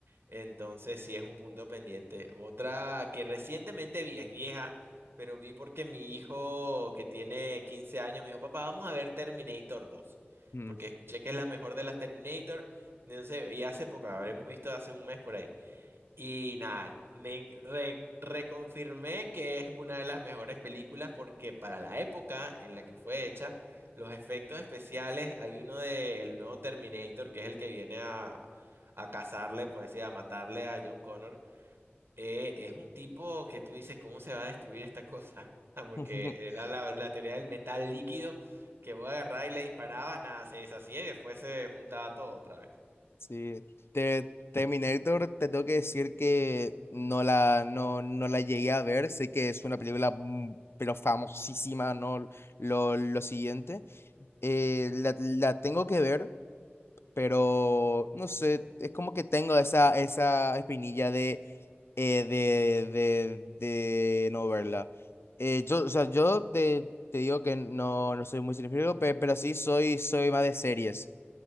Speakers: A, on the right; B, on the left.
A: Entonces sí es un punto pendiente. Otra que recientemente vi, es vieja, pero vi porque mi hijo que tiene 15 años me dijo, papá, vamos a ver Terminator dos
B: ujú.
A: porque escuché que es la mejor de las Terminator. Entonces, y hace poco, habremos visto hace un mes por ahí. Y nada, me en- re- reconfirmé que es una de las mejores películas porque para la época en la que fue hecha, los efectos especiales, hay uno del nuevo Terminator, que es el que viene a, a cazarle, pues sí, a matarle a John Connor, eh, es un tipo que tú dices, ¿cómo se va a destruir esta cosa? <laughs> Ah, Porque
B: <laughs>
A: era la, la teoría del metal líquido que voy a agarrar y le disparabas, nada, se deshacía y después se juntaba todo otra vez.
B: Sí, te, Terminator, te tengo que decir que no la, no, no la llegué a ver, sé que es una película mm, pero famosísima, ¿no? Lo, lo siguiente, Eh, la, la tengo que ver, pero no sé, es como que tengo esa, esa espinilla de, eh, de, de, de no verla. Eh, yo, o sea, yo te, te digo que no, no soy muy cinéfilo, pe- pero sí soy, soy más de series.